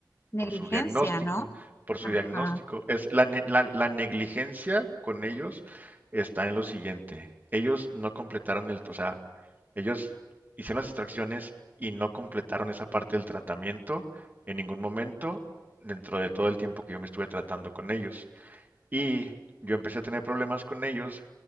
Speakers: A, on the left (about 35°); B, on the right (about 25°).
A: Negligencia,
B: por su diagnóstico,
A: ¿no?
B: por su
A: Ajá.
B: diagnóstico. Es la, la- la negligencia con ellos está en lo siguiente. Ellos no completaron el, o sea, ellos hicieron las extracciones y no completaron esa parte del tratamiento en ningún momento dentro de todo el tiempo que yo me estuve tratando con ellos. Y yo empecé a tener problemas con ellos